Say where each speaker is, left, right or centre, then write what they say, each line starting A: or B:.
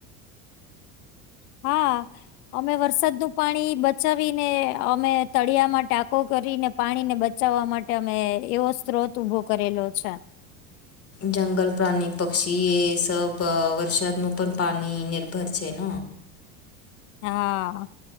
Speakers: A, on the left; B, on the left.
A: હા, અમે વરસાદનું પાણી બચાવીને અમે તળિયામાં ટાકો કરીને, પાણીને બચાવવા માટે અમે એવો સ્ત્રોત ઉભો કરેલો છે.
B: જંગલ પ્રાણી પક્ષી એ સબ વરસાદનું પણ પાણી નિર્ભર છે ન,
A: હા